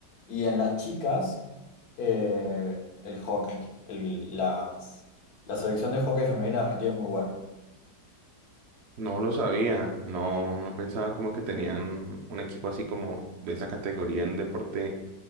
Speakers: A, on the left; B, on the right.
A: Y en las chicas, eh, el hockey. El- las, la selección de hockey femenina de Argentina es muy buena.
B: no lo sabía, no, no pensaba como que tenían un equipo así como de esa categoría en deporte